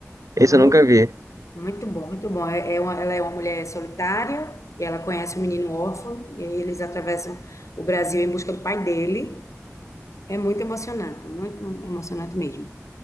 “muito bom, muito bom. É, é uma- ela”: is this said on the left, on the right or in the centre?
Left